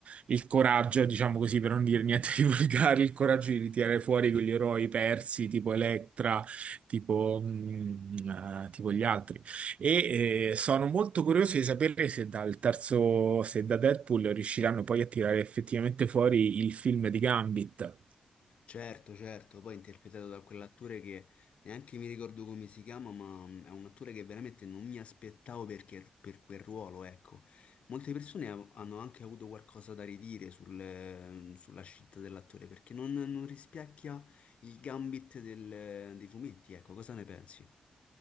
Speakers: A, on the right (about 65°); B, on the left (about 65°).
A: il coraggio, diciamo così, per non dire niente <laughs> di volgare, il coraggio di ritirare fuori quegli eroi persi tipo Electra, tipo, mm, eh, tipo gli altri. E eh, sono molto curioso di sapere se dal terzo, se da Deadpool riusciranno poi a tirare effettivamente fuori il film di Gambit.
B: Certo, certo, poi interpretato da quell'attore che neanche mi ricordo come si chiama, ma mm, è un attore che veramente non mi aspettavo perché, per quel ruolo, ecco. Molte persone ha- hanno anche avuto qualcosa da ridire sul, eh, sulla scelta dell'attore perché non, non rispecchia il gambit del- dei fumetti, ecco, cosa ne pensi?